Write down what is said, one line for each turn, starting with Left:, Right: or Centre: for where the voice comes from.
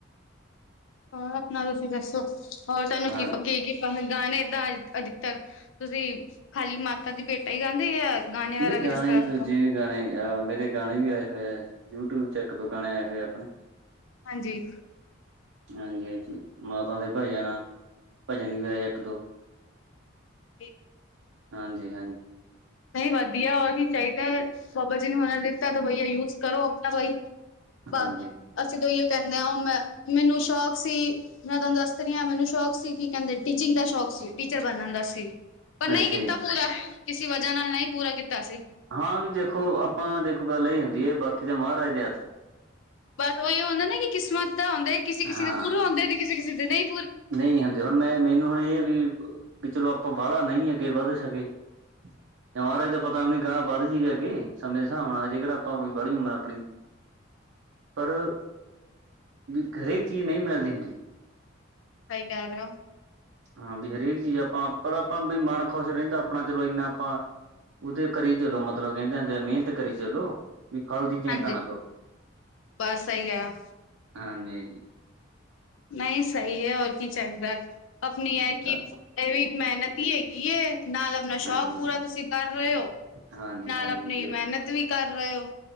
Left: ਹੋਰ ਅਪਨਾ ਤੂਸੀ ਦੱਸੋ, ਹੋਰ ਤੂਆਨੂੰ
Right: ਹਾਂ
Left: ਕੀ ਪ ਕਿ ਗਿਫ ਅਹ ਗਾਨੇ ਦਾਂ ਅਧਿਕਤਰ, ਤੂਸੀ ਖਾਲੀ ਮਾਤਾ ਦੀ ਭੇਂਟਾ ਈ ਗਾਂਦੇ ਓ ਯਾ ਗਾਨੇ ਵੈਰਾ
Right: ਨਹੀਂ
Left: ਵੀ
Right: ਗਾਣੇ
Left: ਜਿਸ ਤਰਾਂ
Right: ਦੂਜੇ
Left: ਗਾ
Right: ਵੀ ਗਾਣੇ ਆ, ਮੇਰੇ ਗਾਣੇ ਵੀ ਆਏ ਹੋਏ ਐ, ਯੂਟਿਊਬ ਚ ਇੱਕ-ਦੋ ਗਾਣੇ ਆਏ ਹੋਏ ਆ ਅਪਣੇ।
Left: ਹਾਂਜੀ।
Right: ਹਾਂਜੀ-ਹਾਂਜੀ, ਮਾਤਾ ਦੇ ਭਜਨ ਆ, ਭਜਨ ਵੀ ਆਏ ਆ ਇੱਕ-ਦੋ।
Left: <inaudible>
Right: ਹਾਂਜੀ ਹਾਂਜੀ
Left: ਨਈ ਵਦੀਆ, ਹੋਰ ਕੀ ਚਾਈਦੈ, ਬਾਬਾ ਜੀ ਨੂ ਓਨੇ ਦਿੱਤੈ, ਤੇ ਭਈਆ ਯੂਜ਼ ਕਰੋ, ਅਪਨਾ ਬਾਈ। ਬਾ
Right: ਹਾਂਜੀ
Left: ਅਸੀ ਤੇ ਅਈਓ ਕੈਂਨੇ ਆਂ, ਓ ਮੈਂ, ਮੈਨੂੰ ਸ਼ੌਂਕ ਸੀ। ਮੈਂ ਤੂਆਨੂੰ ਦਾੱਸ ਤੇ ਰੀ ਆਂ, ਮੈਨੂੰ ਸ਼ੌਕ ਸੀ, ਕੀ ਕੈਂਦੇ ਟੀਚਿੰਗ ਦਾ ਸ਼ੌਂਕ ਸੀ, ਟੀਚਰ ਬਨਨ ਦਾਸ। ਤੀ, ਪਰ ਨਈ
Right: ਅੱਛਾ
Left: ਕੀਤਾ
Right: ਜੀ
Left: ਪੂਰਾ, ਕਿਸੀ ਵਜਾ ਨਾਲ ਨਈ ਪੂਰਾ ਕੀਤਾ ਅਸੀ।
Right: ਹਾਂ, ਵੀ ਦੇਖੋ ਆਪਾਂ ਦੇਖੋ, ਗੱਲ ਏ ਹੁੰਦੀ ਐ, ਬਾਕੀ ਦਾ ਮਹਾਰਾਜ ਦੇ ਹੱਥ ਐ।
Left: ਬਸ ਓਈ ਹੁੰਦੈ ਨਾ, ਕਿ ਕਿਸਮਤ ਹੁੰਦੈ, ਕਿਸੀ-ਕਿਸੀ
Right: ਹਾਂ
Left: ਦੇ ਪੁਰੇ ਹੋਂਦੇ ਨੇ, ਕਿਸੀ-ਕਿਸੀ ਦੇ ਨਈ।
Right: ਨਹੀਂ ਹੁੰਦੇ ਹੁਨ ਮੈਂ, ਮੈਨੂੰ ਹੁਨ ਏ ਐ ਵੀ, ਵੀ ਚਲੋ ਅਪਾਂ ਬਾਲਾ ਨਈ ਅੱਗੇ ਵੱਦ ਸਕੇ। ਜੇ ਮਹਾਰਾਜ ਦਾ ਪਤਾ ਵੀ ਨੀ ਗਾ ਵੱਦ ਜੀਗਾ ਕਿ ਸਮੇਂ ਦੇ ਸ੍ਹਾਬ ਨਾਲ, ਅਜੇ ਕੇੜਾ ਅਪਾਂ ਕੋਈ ਬੜੀ ਉਮਰ ਆਪਣੀ।
Left: <unintelligible> <inaudible>
Right: ਪਰ, ਵੀ ਹਰੇਕ ਚੀਜ ਨਈ ਮਿਲਦੀ ਹੁੰਦੀ।
Left: ਸਈ ਕੈ ਰੇ ਓ।
Right: ਹਾਂ ਵੀ ਹਰੇਕ ਚੀਜ਼ ਆਪਾਂ ਪਰ ਆਪਾਂ ਬਈ ਮਨ ਖੁਸ਼ ਰਹਿੰਦਾ ਆਪਣਾ ਚਲੋ ਇੰਨਾ ਆਪਾਂ। ਉਹਦੇ ਕਰੀ ਚਲੋ ਮਤਲਬ ਕਹਿੰਦੇ ਹੁੰਦੇ ਆ ਮਿਹਨਤ ਕਰੀ ਚਲੋ। ਵੀ ਫਲ ਦੀ ਚਿੰਤਾ
Left: ਹਾਂਜੀ
Right: ਨਾ ਕਰੋ
Left: ਬਸ ਸਹੀ ਕਿਹਾ
Right: ਹਾਂਜੀ।
Left: ਨਹੀਂ ਸਈ ਐ ਔਰ ਕੀ ਚਾਹੀਦਾ ਆਪਣੀ ਐ ਕਿ।
Right: ਹਾਂਜੀ
Left: ਇਹ ਵੀ ਇੱਕ ਮਿਹਨਤ ਈ ਹੈਗੀ ਐ ਨਾਲ ਆਪਣਾ
Right: ਹਾਂਜੀ
Left: ਸ਼ੌਕ ਪੂਰਾ ਤੁਸੀਂ ਕਰ ਰੇ ਓ
Right: ਹਾਂਜੀ
Left: ਨਾਲ
Right: ਹਾਂਜੀ ਹਾਂਜੀ
Left: ਆਪਣੀ ਮਿਹਨਤ ਵੀ ਕਰ ਰੇ ਓ।